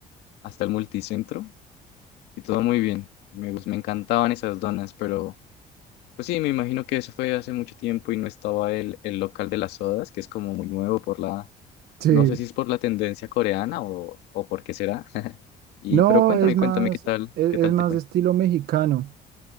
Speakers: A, on the left; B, on the right.
A: hasta el multicentro y todo muy bien. Me, gus- me encantaban esas donas, pero pues sí, me imagino que eso fue hace mucho tiempo y no estaba el, el local de las sodas, que es como muy nuevo por la,
B: sí.
A: no sé si es por la tendencia coreana o, o por qué será. <laughs> Y,
B: No,
A: pero cuéntame,
B: es
A: cuéntame
B: más,
A: qué tal,
B: es,
A: qué
B: es
A: tal
B: más
A: te fue.
B: de estilo mexicano.